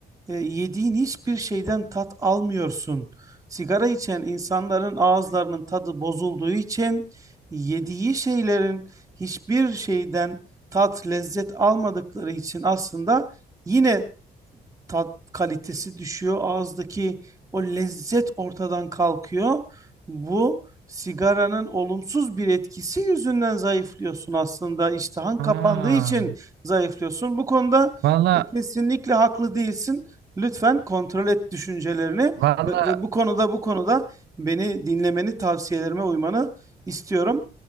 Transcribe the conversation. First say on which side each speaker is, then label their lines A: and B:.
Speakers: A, on the right; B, on the right.
A: E, yediğin hiçbir şeyden tat almıyorsun. Sigara içen insanların ağızlarının tadı bozulduğu için yediği şeylerin hiçbir şeyden tat, lezzet almadıkları için aslında Yine tat kalitesi düşüyor. Ağızdaki o lezzet ortadan kalkıyor. Bu sigaranın olumsuz bir etkisi yüzünden zayıflıyorsun aslında. İştahın kapandığı
B: Aa,
A: için zayıflıyorsun. Bu konuda
B: valla
A: e, kesinlikle haklı değilsin. Lütfen kontrol et düşüncelerini
B: valla
A: ve, ve bu konuda bu konuda beni dinlemeni, tavsiyelerime uymanı istiyorum.